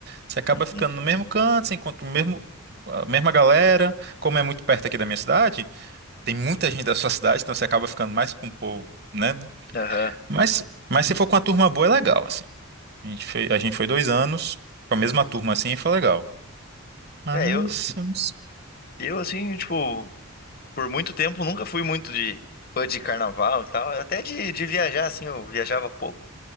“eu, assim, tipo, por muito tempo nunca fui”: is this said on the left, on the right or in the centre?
Left